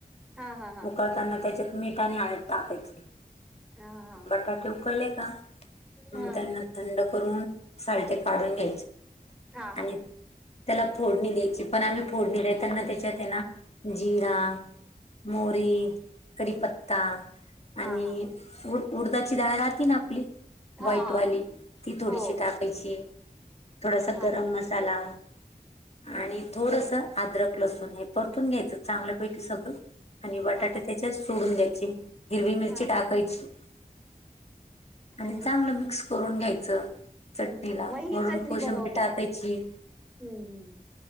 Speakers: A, in the centre; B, on the left (about 40°).
A: हा हा हा
B: उकळताना त्याच्यात मीठ आणि हळद टाकायचे,
A: हा हा
B: बटाटे उकळले का? नंतर
A: हा
B: न थंड करून सालटे काढून घ्यायचे
A: हा हा हा
B: आणि त्याला फोडणी द्यायची पण आम्ही फोडणी देताना त्याच्यात हेना जीरा मोहरी, कढीपत्ता आणि
A: हा हा
B: उ-उडदाची डाळ राहती ना आपली,
A: हा
B: व्हाईटवाली
A: हा हा
B: ती थोडीशी
A: हो
B: टाकायची. थोडासा
A: हा
B: गरम
A: हा
B: मसाला आणि थोडसं अद्रक, लसूण हे परतून घ्यायचं चांगल्यापैकी सगळं. आणि बटाटे
A: हा हा
B: त्याच्यात सोडून द्यायचे, हिरवी मिरची
A: हा
B: टाकायची. आणि
A: अरे
B: चांगलं
A: वा
B: मिक्स करून घ्यायचं, चटणीला
A: हम्म हम्म मग ही
B: वरून
A: चटणी
B: कोशिंबीर
A: बनवता
B: टाकायची.
A: हम्म हम्म.